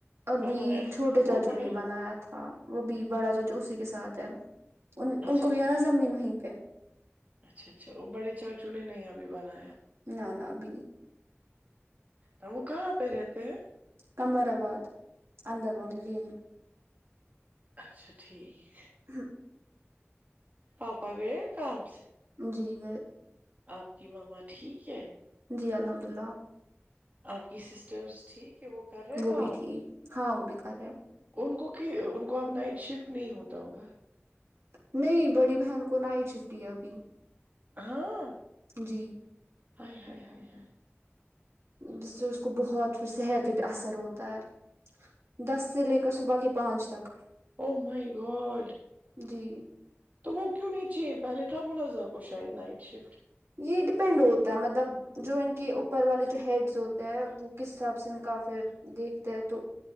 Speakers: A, on the right; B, on the right.
A: ابھی
B: بنایا تھا
A: چھوٹے
B: وہ
A: چاچو
B: بڑے
A: نے بنایا تھا وہ بھی بڑا جو جو اسی کے ساتھ ہے ان
B: اچھا
A: ان کو بھی
B: جی
A: ہے نا زمین وہیں پہ
B: اچھا اچھا اور بڑے چاچو نے نہیں ابھی بنایا
A: نہ نہ ابے نہیں
B: ہم وہ کہاں پہ رہتے ہیں
A: قمر آباد اندر والی لین
B: اچھا ٹھیک
A: میں۔
B: پاپا گیا کم
A: جی گے
B: آپ کی ماما ٹھیک ہے
A: جی الحمد اللہ
B: آپ کی سسٹرز ٹھیک ہے وہ کر رہے
A: وہ
B: کام
A: بھی ٹھییک ہاں وہ بھی کر رہے
B: ان کو کہ ان کو اب نائٹ شفٹ نہیں ہوتا ہوگا
A: نہیں بڑی بہن کو نائٹ شفٹ ہی ابھی
B: ہاں
A: جی
B: ہ ہ ہ
A: جس سے اس کو بہت پھر صحت پہ بھی اثر ہوتا ہے دس سے لے کر صبح کے پانچ تک
B: او مائی گاڈ
A: جی
B: تو وہ کیوں نہیں چاہے پہلے تھا منزا کو شاید نائٹ شفٹ
A: یہ ڈیپینڈ ہوتا ہے مطلب جو ان کے اوپر والے جو ہیڈز ہوتے ہیں وہ کس حساب سے ان کا پھر دیکھتے ہے تو